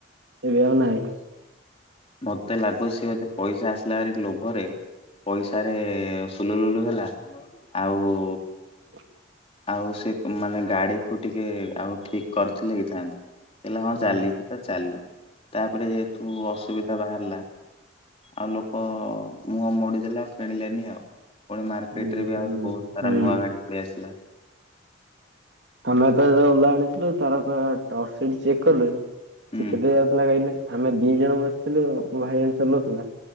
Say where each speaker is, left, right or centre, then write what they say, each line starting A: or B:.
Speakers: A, on the right (about 60°); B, on the left (about 30°).
A: ଏବେ ଆଉ ନାହିଁ।
B: ମତେ ଲାଗୁଛି ସିଏ ବୋଧେ ପଇସା ଆସିଲା ଭାରି ଲୋଭରେ ପଇସାରେ ସୁଲୁ ଲୁଲୁ ହେଲା। ଆଉ
A: <inaudible>
B: ଆଉ ସେ ମାନେ ଗାଡିକୁ ଟିକେ ଆଉ ଠିକ୍ କରିଥିଲେ ହେଇଥାନ୍ତା। କହିଲା ହଁ
A: ହୁଁ
B: ଚାଲି ଚାଲୁ। ତା ପରେ ଯେହେତୁ ଅସୁବି ବାହାରିଲା। ଆଉ ଲୋକ ମୁହଁ ମୋଡିଦେଲା ଆଉ କିଣିଲେନି ଆଉ। ପୁଣି ମାର୍କେଟରେ
A: ହୁଁ
B: ବି
A: ହୁଁ
B: ଆହୁରି ବହୁତ ସାରା
A: ହୁଁ।
B: ନୂଆ ଗାଡି ପଳେଇ ଆସିଲା।
A: ଆମେ ତ ଓଲା ଆଣିଥିଲୁ ତାର କଣ ଟପସିନ୍ ଚେକ୍ କଲୁ
B: ହୁଁ
A: ସେ କେବେ ଯାଉଥିଲା କହିଲେ। ଆମେ ଦି ଜଣ ବସିଥିଲୁ, ମୋ ଭାଇ ଜଣେ ଚଲଉଥିଲା।